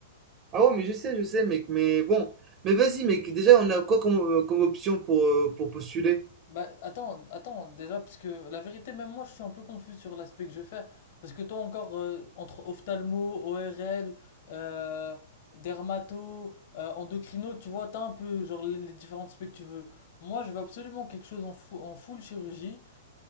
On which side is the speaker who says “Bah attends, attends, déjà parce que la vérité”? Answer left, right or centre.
Left